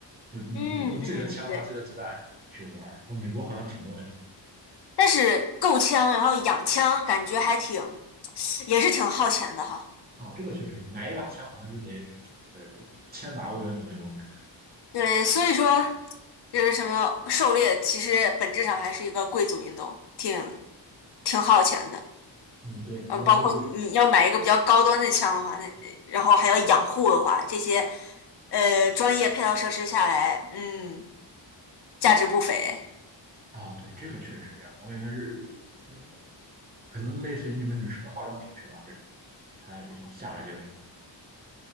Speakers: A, on the right; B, on the left.
A: 就是你用自己的枪和自己的子弹去玩儿，
B: 嗯嗯嗯，对。
A: 像美国好像挺多的。
B: 但是够枪，然后养枪，感觉还挺，也是挺耗钱的哈。
A: 哦，这个确实，买一把枪好像就得呃千把欧元左右，我感觉。
B: 对，所以说就是什么狩猎，其实本质上还是一个贵族运动，挺挺耗钱的。
A: 嗯，对，
B: 嗯，
A: 我感觉鱼，
B: 包括你你要买一个比较高端的枪的话，那然后还要养护的话，这些呃专业配套设施下来，嗯，价值不菲。
A: 啊、对，这个确实是这样。我感觉是，嗯，可能类似于你们女生的化妆品是吧？这种，它下来就是，